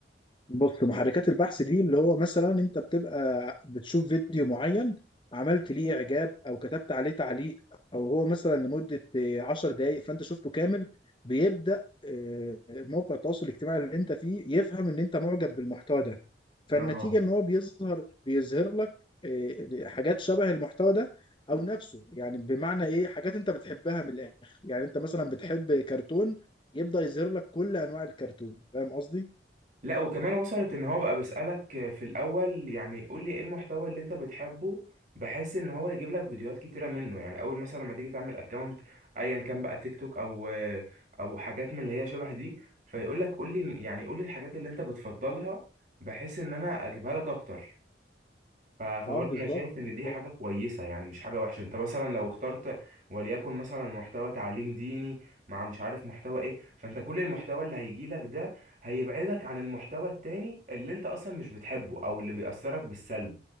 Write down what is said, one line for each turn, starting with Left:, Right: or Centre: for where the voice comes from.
Left: بص محركات البحث دي اللي هو مثلا انت بتبقى بتشوف فيديو معين عملت ليه اعجاب او كتبت عليه تعليق او هو مثلا لمدة آه، 10 دقائق فانت شفته كامل بيبدأ آه، موقع التواصل الاجتماعي اللي انت فيه يفهم ان انت معجب بالمحتوى ده فالنتيجة
Right: اه
Left: ان هو بيظهر بيظهر لك آه، حاجات شبه المحتوى ده او نفسه يعني بمعنى ايه حاجات انت بتحبها من الاخر يعني انت مثلا بتحب كرتون يبدأ يظهر لك كل انواع الكرتون فاهم قصدي
Right: لا وكمان وصلت ان هو بقى بيسالك في الاول يعني قول لي ايه المحتوى اللي انت بتحبه بحيث ان هو يجيب لك فيديوهات كتيره منه يعني اول مثلا لما تيجي تعمل اكونت ايا كان بقى تيك توك او او حاجات من اللي هي شبه دي فيقول لك قول لي يعني قول لي الحاجات اللي انت بتفضلها بحيث ان انا اجيبها لك اكتر ف- فبرضه
Left: اه بالظبط
Right: انا شايف ان
Left: بالظبط
Right: دي حاجه كويسه يعني مش حاجه وحشه انت مثلا لو اخترت وليكن مثلا محتوى تعليم ديني مع مش عارف محتوى ايه فانت كل المحتوى اللي هيجي لك ده هيبعدك عن المحتوى التاني اللي انت اصلا مش بتحبه او اللي بيأثرك بالسلب